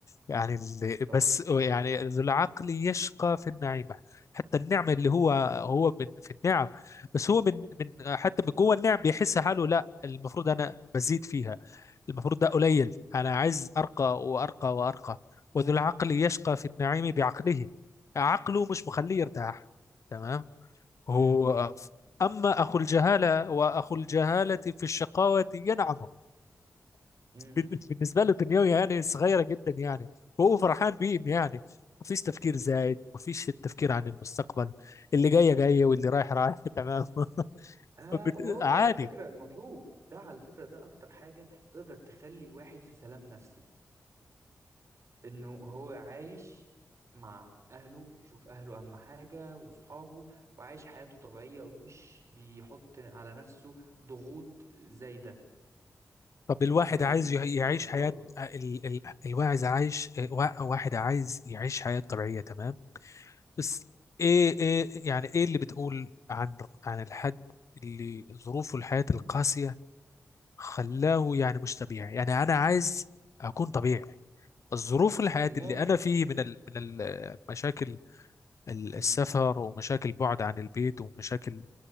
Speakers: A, on the left; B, on the right.
A: يعني ال-
B: طبعا
A: بس يعني ذو العقل يشقى في النعيمة حتى النعمة اللي هو هو من في النعم بس هو من من
B: مم،
A: حتى من جوه النعم بيحس حاله لا المفروض أنا بزيد فيها المفروض ده قليل أنا عايز أرقى وأرقى وأرقى وذو العقل يشقى في النعيم بعقله عقله مش مخليه يرتاح تمام هو
B: مم،
A: أما أخو الجهالة وأخو الجهالة في الشقاوة ينعم
B: مم.
A: بال- بالنسبه له دنيوي يعني صغيره جدا يعني وهو فرحان بيهم يعني مفيش تفكير زايد مفيش التفكير عن المستقبل اللي جايه جايه واللي رايح رايح <laughs> تمام
B: آه
A: فبال-
B: وهو
A: عادي
B: ده على فكرة المطلوب ده على فكرة ده أكتر حاجة تقدر تخلي الواحد في سلام نفسي انه هو عايش مع اهله بيشوف اهله اهم حاجة وصحابه وعايش حياته طبيعية ومش بيحط على نفسه ضغوط زايدة
A: طب الواحد
B: وخرجه
A: عايز يع- يعيش حياه ال... ال... الواعز عايش وا- واحد عايز يعيش حياه طبيعيه تمام بس ايه ايه يعني ايه اللي بتقول عن عن الحد اللي ظروفه الحياه القاسيه خلاه يعني مش طبيعي يعني انا عايز اكون طبيعي الظروف الحياة
B: لازم
A: اللي أنا فيه من ال- من المشاكل السفر
B: امم
A: ومشاكل بعد عن البيت ومشاكل